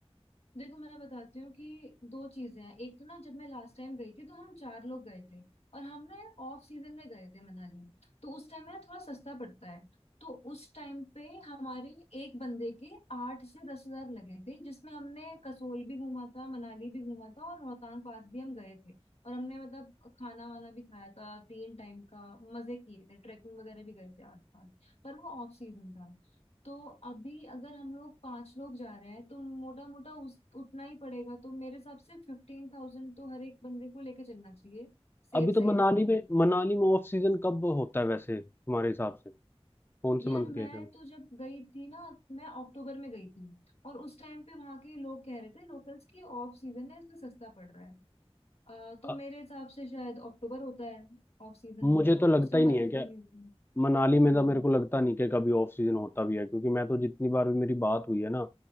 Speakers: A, on the left (about 75°); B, on the left (about 20°).
A: देखो मैं बताती हूँ कि दो चीजें हैं एक तो ना जब मैं लास्ट टाइम गई थी तो हम चार लोग गए थे और हम ना यार ऑफ सीजन में गए थे मनाली तो उस टाइम ना थोड़ा सस्ता पड़ता है तो उस टाइम पे हमारे एक बंदे के आठ से दस हजार लगे थे जिसमें हमने कसोल भी घूमा था मनाली भी घूमा था और रोहतांग पास भी हम गए थे और हमने मतलब खाना वाना भी खाया था तीन टाइम का मजे किए थे ट्रैकिंग वगैरह भी गए थे आस पास पर वो ऑफ सीजन था तो अभी अगर हम लोग पांच लोग जा रहे हैं तो मोटा मोटा उस उतना ही पड़ेगा तो मेरे हिसाब से फिफ्टीन थाउजेंड तो हर एक बंदे को लेके चलना चाहिए सेफ
B: अभी तो
A: साइड
B: मनाली
A: के लिए
B: में मनाली में ऑफ सीजन कब होता है वैसे तुम्हारे हिसाब से कौन से
A: यार
B: मंथ
A: मैं
B: गए थे
A: तो जब गई थी ना मैं अक्टूबर में गई थी और उस टाइम पे वहां के लोग कह रहे थे लोकल्स की ऑफ सीजन है इसलिए सस्ता पड़ रहा है अ, तो
B: अ,
A: मेरे हिसाब से शायद अक्टूबर होता है ऑफ सीजन
B: मुझे
A: उनका
B: तो लगता
A: उस टाइम
B: ही
A: बर्फ
B: नहीं है
A: भी
B: कि
A: नहीं होती
B: मनाली में
A: हम्म
B: तो मेरे को लगता नहीं कि कभी ऑफ सीजन होता भी है क्योंकि मैं तो जितनी बार भी मेरी बात हुई है ना